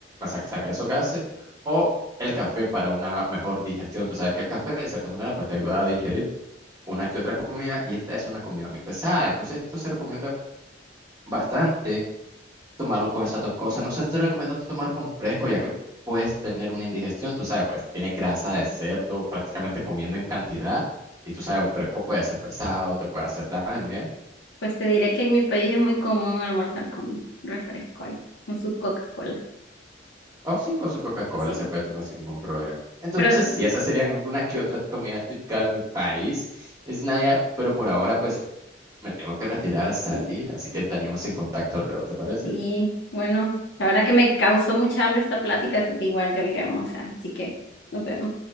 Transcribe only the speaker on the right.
sa- sacar esos gases. O el café para una mejor digestión. Tú sabes que el café, de cierta manera, pues te ayuda a digerir una que otra comida y esta es una comida muy pesada. Entonces, esto se recomienda bastante tomarlo con esas dos cosas. No se te recomienda tomar con fresco, ya que puedes tener una indigestión. Tú sabes, pues tiene grasa de cerdo prácticamente comiendo en cantidad. Y tú sabes, un fresco puede ser pesado, te puede hacer daño, ¿ya?
O sí, con su Coca-Cola
se puede tomar sin ningún problema. Entonces,
sí, esas serían algunas que otras comidas típicas de mi país. Es Naya, pero por ahora, pues Me tengo que retirar a salir,
así que estaríamos en contacto luego, ¿te parece?